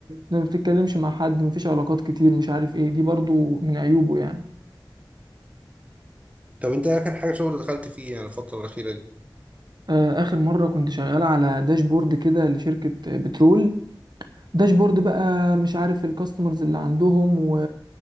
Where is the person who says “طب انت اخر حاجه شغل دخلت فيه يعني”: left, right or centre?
Right